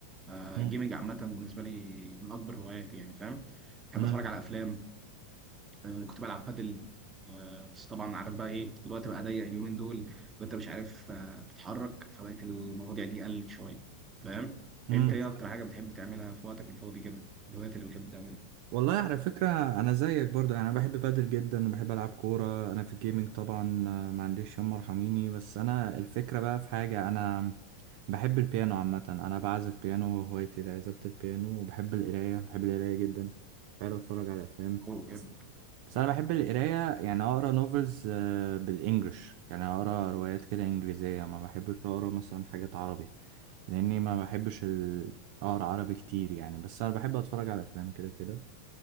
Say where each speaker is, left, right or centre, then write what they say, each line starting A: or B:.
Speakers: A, on the right (about 20°); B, on the right (about 45°).
A: أه
B: مم.
A: الجيمنج عامه بالنسبه لي من اكبر هواياتي يعني فاهم بحب
B: مم.
A: اتفرج على افلام آه، كنت بلعب بادل آه، بس طبعا عارف بقى ايه الوقت بقى ضيق اليومين دول وانت مش عارف آه، تتحرك فبقت المواضيع دي قلت شويه فاهم
B: مم.
A: انت ايه اكتر حاجه بتحب تعملها في وقتك الفاضي كده الهوايات اللي بتحب تعملها
B: والله على فكرة أنا زيك برضه يعني أنا بحب بادل جدا وبحب ألعب كورة أنا في الجيمنج طبعا آه، ما عنديش يما ارحميني بس أنا الفكرة بقى في حاجة أنا بحب البيانو عامة أنا بعزف بيانو وهوايتي عزفة البيانو وبحب القراية بحب القراية جدا بحب أتفرج على أفلام
A: اوه جامد
B: بس أنا بحب القراية يعني أقرأ نوفلز بالإنجلش يعني أقرأ روايات كده إنجليزية ما بحبش أقرأ مثلا حاجات عربي لاني ما بحبش ال- اقرا عربي كتير يعني بس انا بحب اتفرج على افلام كده كده